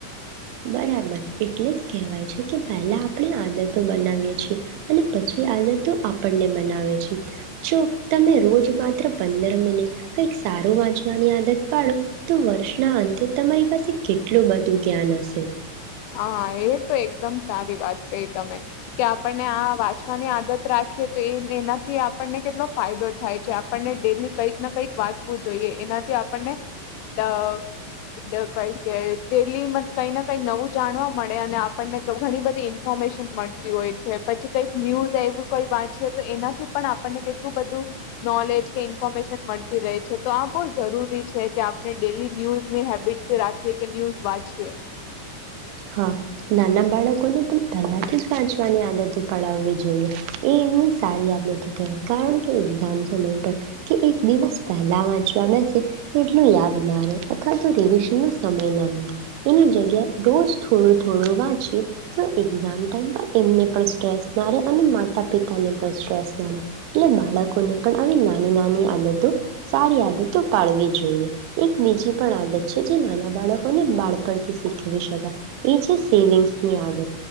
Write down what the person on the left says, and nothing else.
હા એ તો એકદમ સારી વાત કઈ તમે કે આપણને આ વાંચવાની આદત રાખીએ તો એ એનાથી આપણને કેટલો ફાયદો થાય છે આપણને ડેલી કંઈક ના કંઈક વાંચવું જોઈએ એનાથી આપણને કઈ કે ડેલી મ કંઈ ના કઈ નવું જાણવા મળે અને આપણને ઘણી બધી ઈન્ફોર્મેશન મળતી હોય છે પછી કંઈક ન્યૂઝ એવું કોઈ વાંચીએ તો એનાથી પણ આપણને કેટલું બધું નોલેજ કે ઇન્ફોર્મેશન મળતી રહે છે તો આ બહુ જરૂરી છે કે આપણે ડેલી ન્યૂઝની હેબિટ રાખીએ કે ન્યૂઝ વાંચીએ